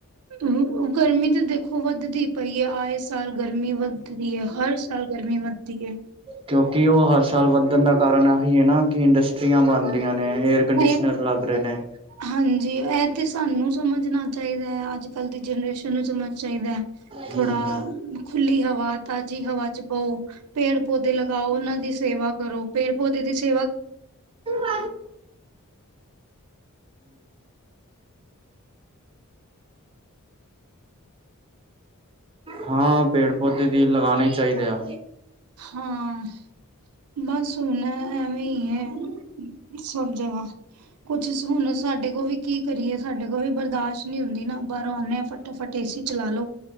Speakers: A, on the right; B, on the right.
A: <unintelligible> ਗਰਮੀ ਤੇ ਦੇਖੋ ਵੱਧਦੀ ਪਈ ਹੈ ਆਏ ਸਾਲ ਗਰਮੀ ਵੱਧਦੀ ਹੈ ਹਰ ਸਾਲ ਗਰਮੀ ਵੱਧਦੀ ਹੈ।
B: ਕਿਉਂਕਿ ਓ ਹਰ ਸਾਲ ਵੱਧਣ ਦਾ ਕਾਰਨ ਇਹੀ ਹੈ ਨਾ ਕਿ ਇੰਡਸਟਰੀਆਂ ਬਣਦੀਆਂ ਨੇ ਏਅਰ ਕੰਡੀਸ਼ਨਰ
A: ਇਹ
B: ਲੱਗ ਰਏ ਨੇ।
A: ਹਾਂਜੀ ਇਹ ਤੇ ਸਾਨੂੰ ਸਮਝਣਾ ਚਾਹੀਦਾ ਹੈ ਅੱਜ ਕੱਲ ਦੀ ਜਨਰੇਸ਼ਨ ਨੂੰ ਸਮਝ ਚਾਹੀਦਾ
B: ਹਮ
A: ਥੋੜਾ
B: ਹਮ
A: ਖੁੱਲੀ ਹਵਾ ਤਾਜ਼ੀ ਹਵਾ 'ਚ ਬੋ ਪੇੜ ਪੌਦੇ ਲਗਾਓ ਉਹਨਾਂ ਦੀ ਸੇਵਾ ਕਰੋ ਪੇੜ ਪੌਦੇ ਦੀ ਸੇਵਾ
B: <inaudible> <inaudible> ਹਾਂ ਪੇੜ ਪੌਦੇੇ ਦੀ ਲਗਾਣੇ ਹੀ ਚਾਹੀਦੇ ਆ।
A: ਹਾਂ ਬਸ ਹੁਣ ਐਵੇਂ ਹੀ ਐ। ਸਭ ਜਗ੍ਹਾ ਕੁਛ ਹੁਣ ਸਾਡੇ ਕੋਲ ਵੀ ਕੀ ਕਰੀਏ ਸਾਡੇ ਕੋਲ ਵੀ ਬਰਦਾਸ਼ਤ ਨਈ ਹੁੰਦੀ ਨਾ ਬਾਰੋਂ ਆਂਣੇ ਹਾਂ ਫਟਾਫਟ ਏਸੀ ਚਲਾ ਲੋੋ।